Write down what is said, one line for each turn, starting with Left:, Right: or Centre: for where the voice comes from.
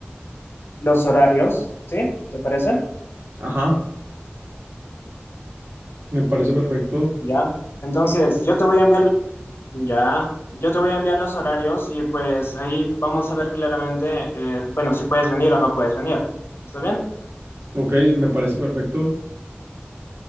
Left: los horarios, ¿sí? ¿Te parece?
Right: Ajá, me parece perfecto.
Left: Ya. Entonces, yo te voy a enviar, ya, yo te voy a enviar los horarios y pues ahí vamos a ver claramente, eh, bueno, si puedes venir o no puedes venir. ¿Está bien?
Right: Ok, me parece perfecto.